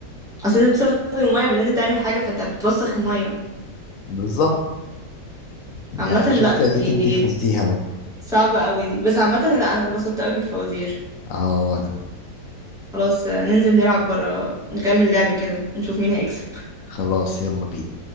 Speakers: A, in the centre; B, on the left.
A: اصل انت بتستخدم المية بان انت تعمل حاجة فانت بتوسخ المية
B: بالظبط يعني
A: عامة
B: شفتي
A: لا دي
B: اديك انت فهمتيها اهو
A: صعبة اوي دي بس عامة لا انا اتبسطت اوي في الفوازير
B: اه وانا
A: خلاص آه، ننزل نلعب برا نكمل لعب كده نشوف مين هيكسب
B: خلاص يلا بينا